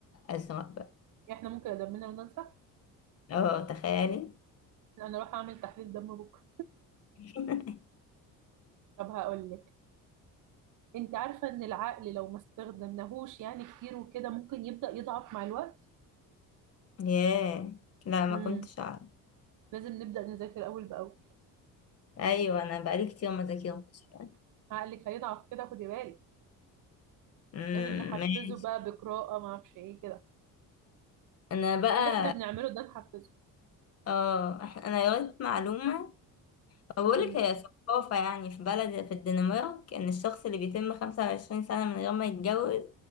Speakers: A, on the left; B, on the right.
A: أزرق بقى
B: احنا ممكن دمنا وننسى
A: اه تخيلي
B: انا اروح اعمل تحليل دم بكره
A: <laughs>
B: طب هقول لك انت عارفه ان العقل لو ما استخدمناهوش يعني كتير وكده ممكن يبدا يضعف مع الوقت
A: ياه لا ما
B: امم
A: كنتش أعرف
B: لازم نبدا نذاكر اول باول
A: أيوة أنا بقالي كتير ما ذاكرتش يعني.
B: <laughs> عقلك هيضعف كده خدي بالك
A: أمم،
B: لازم نحفزه
A: ماشي
B: بقى بقراءه ما اعرفش ايه كده
A: أنا بقى
B: اللي احنا بنعمله ده نحفزه
A: اه إح- أنا قريت معلومة بقولك
B: امم
A: هي ثقافة يعني في بلد في الدنمارك إن الشخص اللي بيتم 25 سنة من غير ما يتجوز